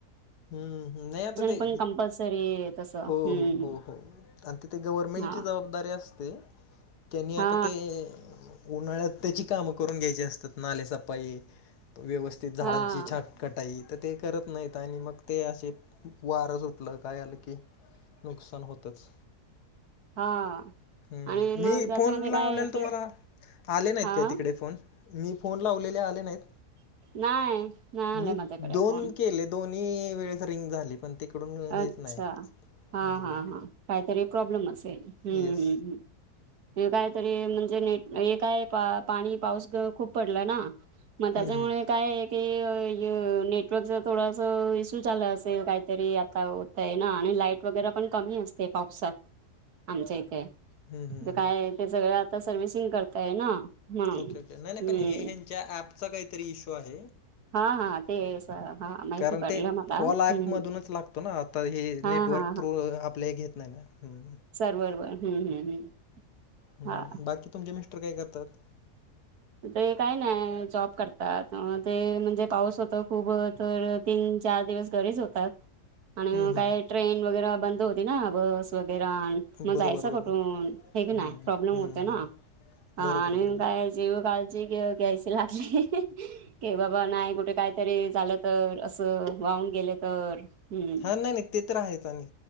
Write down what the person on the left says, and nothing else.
हम्म, नाही आता ते
हो
हो हो हो आणि तिथे गव्हर्नमेंटची
जबाबदारी असते. त्यांनी
आता ते उन्हाळ्यात त्याची कामं करून घ्यायची असतात नाले सफाई व्यवस्थित झाडांची
छाट कटाई तर ते करत नाहीत आणि मग ते असे वार सुटलं काय, आलं की नुकसान होतच.
हम्म
मी
फोन
लावलेल
तुम्हाला आले नाहीत
काय तिकडे फोन? मी फोन लावलेले आले नाहीत?
मी
दोन
केले दोन मी वेळेस रिंग झाली पण तिकडून हेच
नाही.
हम्म
येस
हम्म हम्म
हम्म हम्म
हम्म
ओके ओके नाही नाही
पण हे ह्यांच्या ऍपचा काहीतरी इश्यू आहे.
कारण
ते
कॉल
ऍपमधूनच लागतो ना. आता ही
नेटवर्क
प्रो आपल्या हे घेत नाही ना. हम्म.
हं,
बाकी तुमचे मिस्टर काय करतात?
हम्म
हम्म
बरोबर
बरोबर
हम्म
हम्म
हम्म
बरोबर
बरोबर.
हा नाही नाही ते तर आहेच आणि